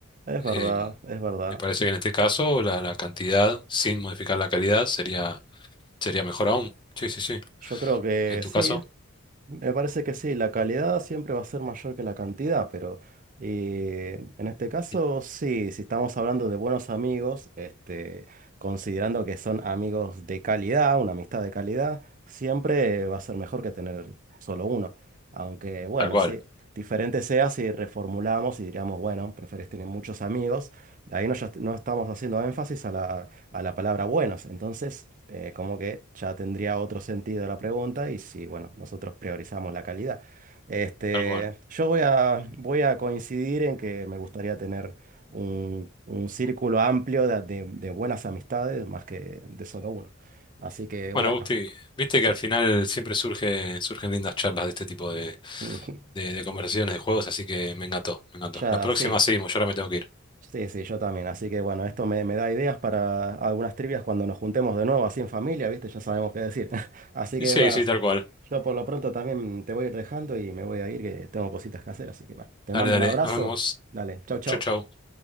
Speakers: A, on the right; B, on the left.
A: Es verdad,
B: Em,
A: es verdad.
B: me parece que en este caso la, la cantidad, sin modificar la calidad, sería Sería mejor aún. Sí, sí, sí.
A: Yo creo que
B: En tu
A: sí,
B: caso,
A: Me parece que sí, la calidad siempre va a ser mayor que la cantidad, pero eh, en este caso
B: Mm.
A: sí, si estamos hablando de buenos amigos, este, considerando que son amigos de calidad, una amistad de calidad, siempre va a ser mejor que tener solo uno. Aunque bueno,
B: tal cual,
A: sí, diferente sea si reformulamos y diríamos, bueno, preferís tener muchos amigos, de ahí no, ya est- no estamos haciendo énfasis a la a la palabra buenos. Entonces, eh, como que ya tendría otro sentido la pregunta y si, bueno, nosotros priorizamos la calidad. Este,
B: tal cual.
A: yo voy a, voy a coincidir en que me gustaría tener un, un círculo amplio de, de- de buenas amistades más que de solo uno. Así que,
B: Bueno,
A: bueno,
B: Gusti, viste
A: sí,
B: que al final siempre surge, surgen lindas charlas de este tipo de,
A: <laughs>
B: de, de conversaciones, de juegos, así que me encantó, me encantó.
A: ya
B: La próxima
A: sí.
B: seguimos, yo ahora me tengo que ir.
A: Sí, sí, yo también. Así que bueno, esto me, me da ideas para algunas trivias cuando nos juntemos de nuevo, así en familia, ¿viste? Ya sabemos qué decir. <laughs> Así
B: Y
A: que
B: sí,
A: bueno,
B: sí, tal cual.
A: yo por lo pronto también te voy a ir dejando y me voy a ir, que tengo cositas que hacer. Así que bueno, te
B: Dale,
A: mando
B: dale,
A: un abrazo.
B: nos vemos.
A: Dale, chau, chau.
B: Chau, chau.